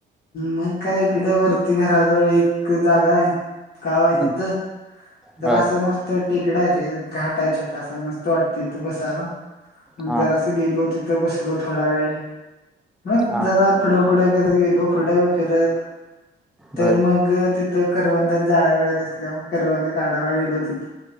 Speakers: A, on the left; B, in the centre.
A: मग काय इकडे वरती घराात एक जागा आहे गाव आहे
B: हम्म
A: तिथं जरा
B: बर
A: असं मस्त टेकडा आहे रे घाट आहे छोटासा मस्त वाटत त बसायला. मग
B: हा
A: जरास गेलो तिथं बसलो थोडा वेळ मग
B: हा
A: जरा फडाफडं करत गेलो फढं फिरत तर
B: बर
A: मग ति करवंदात जाळ्या बिळ्या दिसल्या मग करवंद काढाय गेलो ती